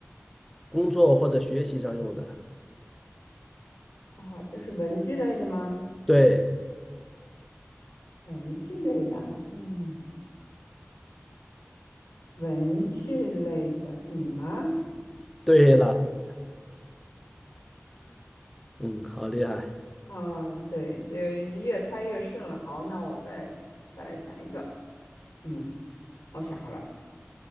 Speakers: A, in the centre; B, on the left (about 80°).
A: 工作或者学习上用的，
B: 哦，就是文具类的吗？
A: 对，
B: 文具类的啊，嗯，文具类的笔吗？
A: 对了，嗯，好厉害，
B: 啊，对，这越猜越顺了。好，那我再再来想一个。嗯，我想好了。